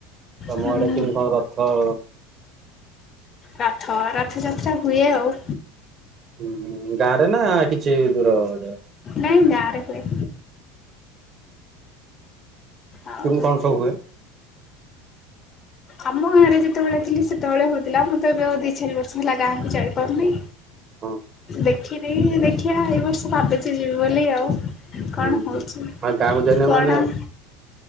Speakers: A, on the right; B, on the left.
A: ତମ
B: ହୁଁ
A: ଆଡେ କେମିତି କଣ ରଥଁ?
B: ରଥ-ଅ ରଥଯାତ୍ରା ହୁଏ, ଆଉ
A: ହୁଁ, ଗାଁ ରେ ନା କିଛି ଦୂର ରେ
B: ନାଇଁ, ଗାଁରେ ହୁଏ। ଆଉ
A: କିମି କଣ ସଉ ହୁଏ?
B: ଆମ ଗାଁ ରେ ଯେତେବେଳେ ଥିଲି, ସେତେବେଳେ ହଉଥିଲା ମୁଁ ତ ଏବେ ଆଉ ଦି ଚାରି ବର୍ଷ ହେଲା, ଗାଁକୁୁ ଯାଇ ପାରୁନି।
A: ହଁ।
B: ଦେଖିନି, ଦେଖିଆ, ଏଇ ବର୍ଷ ଭାବିଛି ଯିବି ବୋଲି ଆଉ। କଣ
A: ହୁଁ
B: ହଉଛି,
A: ହୁଁ ହଁ ଗାଁକୁ ଯାଇନ
B: କଣ?
A: ମାନେ